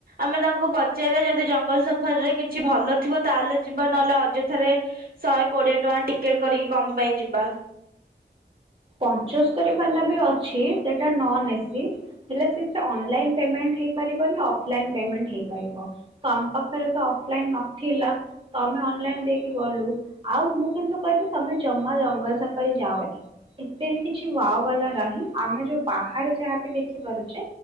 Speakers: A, on the right; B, on the right.
A: ଆମେ ତାଙ୍କୁ ପଚାରିଲ ଯଦି ଜଙ୍ଗଲ ସଫାରରେ କିଛି ଭଲ ଥିବ ତାହେଲେ ଯିବା ନହେଲେ ଅଯଥାରେ ଶହେ କୋଡିଏ ଟଙ୍କା ଟିକେଟ କରିକି କମ ପାଇଁ ଯିବା।
B: ପଞ୍ଚସ୍ତରୀ ବାଲା ବି ଅଛି ସେଟା ନ ଏସି ହେଲେ ସେଥିରେ ଅନଲାଇନ୍ ପେମେଣ୍ଟ ହେଇ ପାରିବନି ଅଫଲାଇନ ପେମେଣ୍ଟ ହେଇ ପାରିବ ତ ଆମ ପାଖରେ ତ ଅଫଲାଇନ ନଥିଲା ତ ଆମେ ଅନଲାଇନ ଦେଇକି ଗଲୁ ଆଉ ମୁଁ କିନ୍ତୁ କହିବି ତମେ ଜମା ଜଙ୍ଗଲ ସଫର ରେ ଯାୟନି। ଏତେ ବି କିଛି ୱାଓ ବାଲା ନାହିଁ ଆମେ ଯୋଉ ବାହାରେ ଯାହାବି ଦେଖିପାରୁଛେ